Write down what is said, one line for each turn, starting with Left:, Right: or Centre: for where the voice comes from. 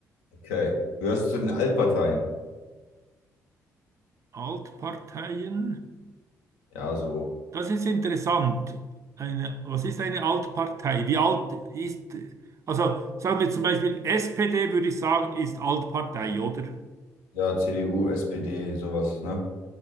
Left: Okay. Gehörst du zu den Altparteien?
Right: Altparteien.
Left: Ja, so.
Right: Das ist interessant. Eine, was ist eine Altpartei? Wie alt ist, also sagen wir zum Beispiel SPD, würde ich sagen, ist Altpartei, oder?
Left: Ja, CDU, SPD, sowas, ne?